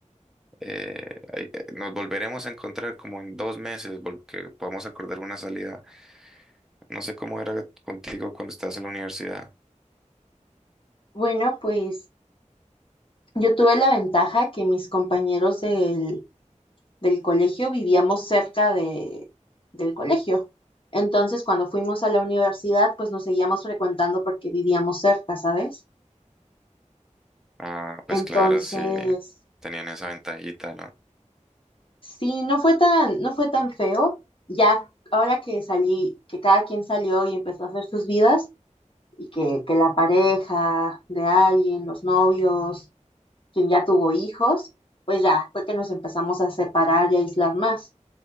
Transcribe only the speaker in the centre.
eh, ahí- eh, nos volveremos a encontrar como en dos meses porque podamos acordar una salida. No sé cómo era contigo cuando estás en la universidad.
Ah, pues
claro, sí, tenían esa ventajita, ¿no?